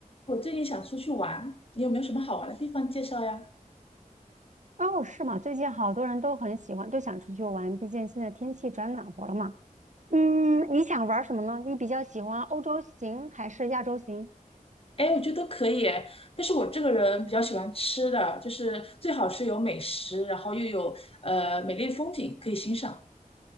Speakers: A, on the left (about 40°); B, on the right (about 55°).
A: 我最近想出去玩，你有没有什么好玩的地方介绍呀？
B: 哦，是吗？最近好多人都很喜欢，都想出去玩，毕竟现在天气转暖和了嘛。嗯，你想玩什么呢？你比较喜欢欧洲行还是亚洲行？
A: 哎，我觉得都可以诶，但是我这个人比较喜欢吃的，就是最好是有美食，然后又有呃美丽的风景可以欣赏。